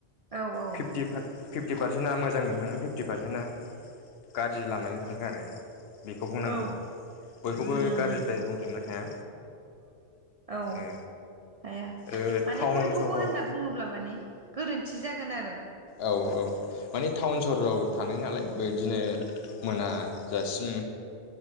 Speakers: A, on the right (about 60°); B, on the left (about 70°).
A: औ औ
B: फिफ्टिफारभ फिफ्टि पारसेन्टआ मोजांङैनो थाङो फिफ्टि पारसेन्टआ गाज्रि लामाजों थाङो आरो। बेखौ बुंनांगोन
A: औ
B: बयखौबो
A: उम
B: गाज्रिद्राय
A: उम
B: बुंजोबनो हाया
A: औ
B: ओ
A: हाया
B: ओ
A: माने
B: टाउन
A: बयखौबो
B: सहराव
A: होनना बुङोब्ला माने गोरोन्थि जागोन आरो
B: औ औ औ माने टाउन सहराव थानाय नालाय। बेदिनो मोनाजासिम